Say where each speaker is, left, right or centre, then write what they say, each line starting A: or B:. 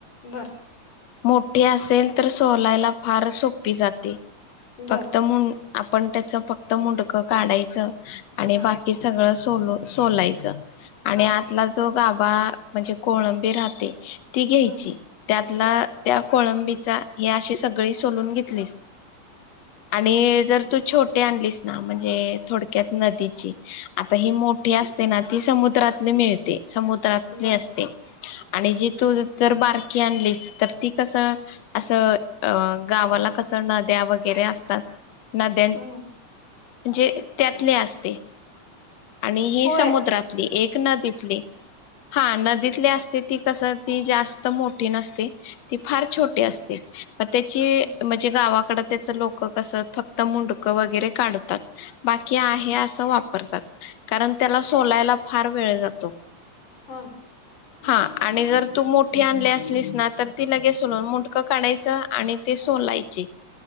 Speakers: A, on the left; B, on the left.
A: बरं
B: मोठी असेल तर सोलायला फार सोपी जाते.
A: बर
B: फक्त मुून आपण त्याचं फक्त मुडकं काढायचं. आणि
A: हा
B: बाकी सगळं सू सोलो सोलायचं. आणि
A: हा
B: आतला जो गा बा म्हणजे कोळबी राहते. ती घ्यायची
A: हम्म
B: त्यातला
A: बर
B: त्या कोळंबीचा हे अशी सगळी सोलून घेतलीस. आणि जर तू छोटे आणलीस. ना म्हणजे थोडक्यात नदीची, आता ही मोठी असते ना ती समुद्रातली मिळते. समुद्रातले
A: बर
B: असते. आणि जी तू जर बारकी आणलीस तर. ती कसं असं अ गावाला कसं नद्या वगैरे अस ना नद्या म्हणजे.
A: हम्म
B: त्यातलेच असते. आणि ही
A: होय
B: समुद्रातील एक नदीतील. हा नदीतली असते ती कास, ती जास्त मोठी नसते, होय. ती फार छोटी
A: हम्म
B: असते, मग तेचा
A: हम्म
B: म्हणजे गावा त्याच लोकं कसं फक्त मुंडकं वगैरे काढतात? बाकी आहे, असं वापर. कारण त्याला
A: हम्म बर
B: सोलायला. फार वेळ जातो.
A: हा.
B: हा आणि जर तू मोठी आणले असलीस ना तर ती लगेच स मुंटकं काढायचं आणि ते सोलायचे.